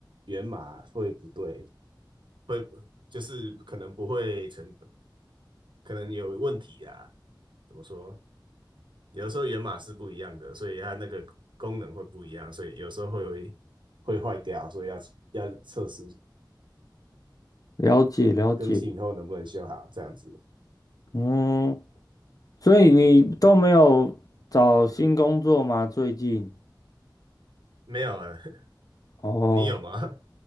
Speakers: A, on the right (about 80°); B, on the left (about 50°).
A: 源码会不对，会就是可能不会成，可能有问题啊。怎么说？有的时候源码是不一样的，所以它那个功能会不一样，所以有时候会会坏掉，所以要要测试
B: 了解了解。
A: 更新以后能不能修好，这样子。
B: 嗯，所以你都没有找新工作吗？最近？
A: 没有啊，<laughs>
B: 哦。
A: 你有吗？<laughs>